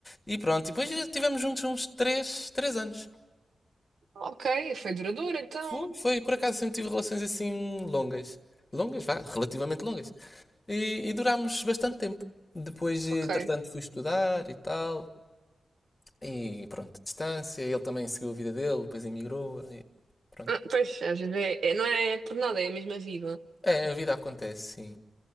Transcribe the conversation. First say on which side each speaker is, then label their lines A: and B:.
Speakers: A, on the left (about 25°); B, on the right (about 75°).
A: E pronto, e depois estivemos juntos uns três três anos.
B: ok, foi duradouro então.
A: Foi, foi, por acaso sempre tive relações assim longas. Longas, vá, relativamente longas. E, e durámos bastante tempo. Depois, entretanto,
B: Ok.
A: fui estudar e tal. E pronto, distância. Ele também seguiu a vida dele, depois emigrou. e pronto.
B: Ah, Pois, às vezes é, é- não é é por nada, é a mesma vida.
A: É, a vida acontece, sim.